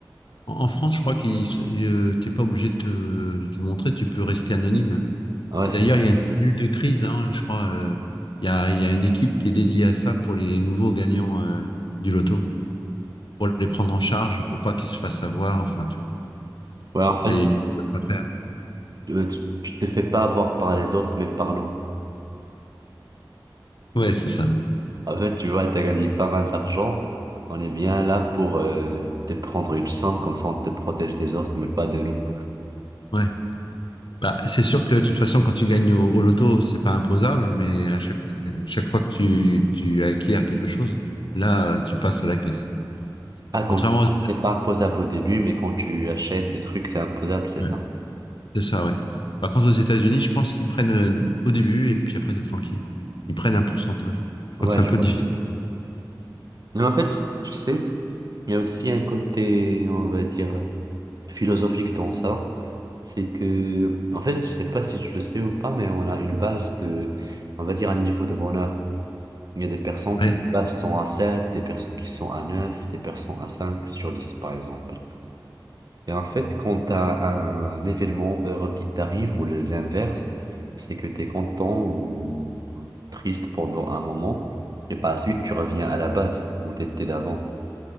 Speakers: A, on the left (about 80°); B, on the right (about 55°).
A: En, en France, je crois que t'es pas obligé de te, de te montrer, tu peux rester anonyme.
B: Ouais,
A: Et d'ailleurs,
B: c'est ça.
A: il y a une cellule de crise, hein, je crois. euh, il y a, il y a une équipe qui est dédiée à ça pour les nouveaux gagnants euh, du loto, pour les prendre en charge, pour pas qu'ils se fassent avoir, enfin, tu vois,
B: Ouais,
A: toutes
B: en fait,
A: les choses à faire.
B: euh, tu tu te fais pas avoir par les autres, mais par nous.
A: Ouais, c'est ça.
B: En fait, tu vois, t'as gagné pas mal d'argent. On est bien là pour euh, te prendre une sang, comme ça on te protège des autres, mais pas de nous.
A: Ouais. Ouais. Bah, c'est sûr que de toute façon, quand tu gagnes au, au loto, c'est pas imposable, mais à chaque, euh, chaque fois que tu, tu acquiers quelque chose, là, euh, tu passes à la caisse.
B: Ah, quand
A: Contrairement aux...
B: c'est pas imposable au début, mais quand tu achètes des trucs, c'est imposable, c'est
A: Ouais.
B: ça?
A: C'est ça, ouais. Par contre, aux États-Unis, je pense qu'ils prennent euh, au début et puis après, t'es tranquille, quoi. Ils prennent un pourcentage. Je crois
B: Ouais,
A: que c'est un peu
B: je vois
A: difficile.
B: bien. Mais en fait, tu sais, il y a aussi un côté, on va dire, philosophique dans ça. C'est que, en fait, je sais pas si tu le sais ou pas, mais on a une base de, on va dire, un niveau de bonheur. Il y a des personnes
A: Ouais,
B: qui passent 100 à 7, des personnes qui sont à 9, des personnes à 5 sur 10, par exemple. Et en fait, quand tu as un événement heureux qui t'arrive ou le- l'inverse, c'est que tu es content ou triste pendant un moment, et par la suite, tu reviens à la base où tu étais d'avant.